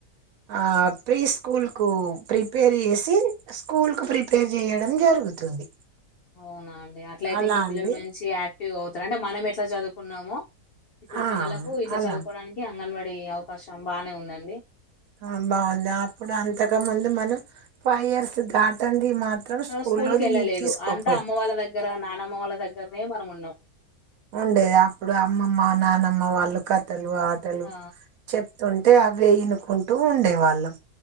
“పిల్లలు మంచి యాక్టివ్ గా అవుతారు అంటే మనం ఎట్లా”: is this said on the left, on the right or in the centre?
Left